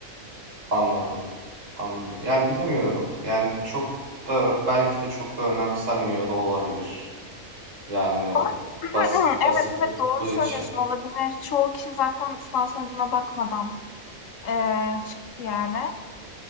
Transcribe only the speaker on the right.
Anladım. Anladım. Yani bilemiyorum. Yani çok da belki de çok da önemsenmiyor da olabilir. Yani
basit basit
tuttuğu
için